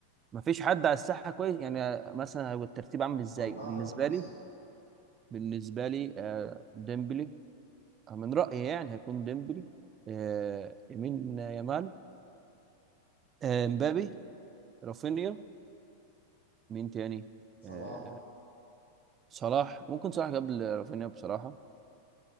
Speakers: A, on the right; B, on the left.
A: ما فيش حد على الساحه كويس يعني مثلا هو الترتيب عامل ازاي
B: أمال ضعف
A: بالنسبه
B: المنافسة
A: لي بالنسبه لي آه، ديمبلي من رايي يعني هيكون ديمبلي آه، يمين يامال آه، مبابي رافينيا مين تاني
B: صلاح
A: آه، صلاح ممكن صلاح قبل رافينيا بصراحة